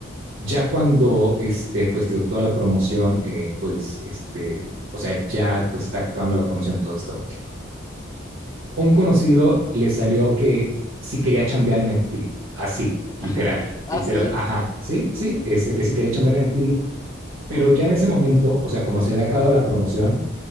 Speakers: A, on the right; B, on the left.
A: Ya cuando, este, pues, digo, toda la promoción, eh, pues, este, o sea, ya, pues, está acabando la promoción, todo esto. Un conocido le salió que sí quería chambear en MTV, así,
B: <laughs>
A: literal,
B: Ajá. Ah,
A: literal,
B: sí.
A: ajá, sí, sí, este, que sí quería chambear en MTV, pero ya en ese momento, o sea, como se había acabado la promoción,